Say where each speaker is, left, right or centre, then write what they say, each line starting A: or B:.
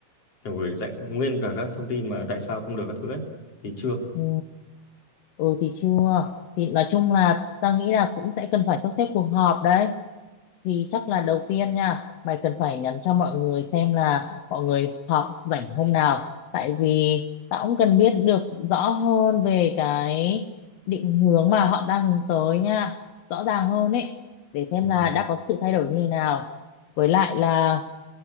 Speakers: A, on the left; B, on the left.
A: kiểu gửi dạy nguyên cả các thông tin mà tại sao không được các thứ ấy, thì chưa
B: ừ, ừ thì chưa thì nói chung là ta nghĩ là cũng sẽ cần phải sắp xếp cuộc họp đấy thì chắc là đầu tiên nha mày cần phải nhắn cho mọi người xem là mọi người họp rảnh hôm nào tại vì tao cũng cần biết được rõ hơn về cái định hướng mà họ đang hướng tới nha rõ ràng hơn ấy để xem
A: ừ.
B: là đã có sự thay đổi như thế nào với lại là